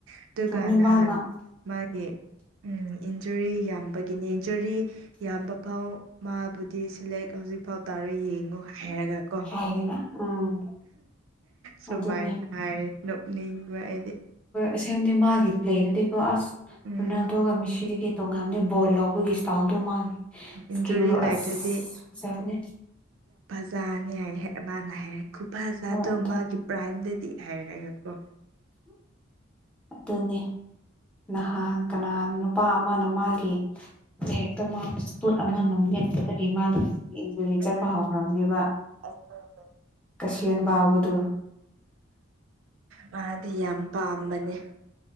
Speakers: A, on the right; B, in the centre.
A: ꯑꯗꯨꯒ
B: ꯆꯨꯝꯃꯤ
A: ꯅꯍꯥꯟ
B: ꯃꯥꯅ
A: ꯃꯥꯒꯤ ꯎ ꯏꯟꯖꯔꯤ ꯌꯥꯝꯕꯒꯤꯅꯤ ꯏꯟꯖꯔꯤ ꯌꯥꯝꯕ ꯐꯥꯎ ꯃꯥꯕꯨꯗꯤ ꯁꯂꯦꯛ ꯍꯧꯖꯤꯛ ꯐꯥꯎ ꯇꯥꯔꯦ ꯌꯦꯡꯉꯨ ꯍꯥꯏꯔꯒ ꯀꯣ
B: ꯍꯥꯏꯗꯅ ꯎꯝ
A: ꯁꯨꯃꯥꯏꯅ
B: ꯑꯗꯨꯅꯦ
A: ꯍꯥꯏ ꯅꯣꯛꯅ ꯋꯥꯑꯗꯤ
B: ꯑꯁꯦꯡꯅꯤ ꯃꯥꯒꯤ ꯄ꯭ꯂꯦꯗꯨꯗꯤꯀꯣ ꯑꯁ
A: ꯎꯝ
B: ꯔꯣꯅꯥꯜꯗꯣꯒ ꯃꯤꯁꯤ ꯇꯣꯉꯥꯟꯝꯅꯤ ꯕꯣꯜ ꯂꯧꯕꯒꯤ ꯏꯁ꯭ꯇꯥꯥꯎꯜ ꯑꯗꯨ ꯃꯥꯥꯡ ꯁꯀꯤꯦꯗꯣ
A: ꯏꯟꯖꯨꯔꯤ ꯂꯩꯇ꯭ꯔꯗꯤ
B: ꯑꯁꯅꯦ
A: ꯆꯥꯅꯤ ꯍꯥꯏ ꯃꯥꯅ ꯍꯥꯏꯔꯦ ꯈꯨꯐꯖꯥꯗꯣ
B: ꯍꯣꯏ ꯑꯗꯨꯅꯤ
A: ꯃꯥꯒꯤ ꯄ꯭ꯔꯥꯏꯝꯗ ꯤ ꯍꯥꯏꯔꯒꯦꯀꯣ
B: ꯑꯗꯨꯅꯤ ꯅꯍꯥꯟ ꯀꯅꯥ ꯅꯨꯄꯥ ꯑꯃꯅ ꯃꯥꯒꯤ ꯂꯔꯤꯛꯇ ꯃꯥꯄꯣꯠ ꯑꯃꯅꯠ ꯑ ꯃꯥ ꯏꯟꯖꯨꯔꯤ
A: ꯎꯝ
B: ꯆꯠꯄ ꯍꯧꯈ꯭ꯔꯕꯅꯦꯕ
A: ꯑꯗꯨꯅꯦ
B: ꯍꯦꯟꯕꯥꯎꯕꯗꯨꯣ
A: ꯃꯥꯗꯤ ꯌꯥꯝ ꯄꯥꯝꯕꯅꯦ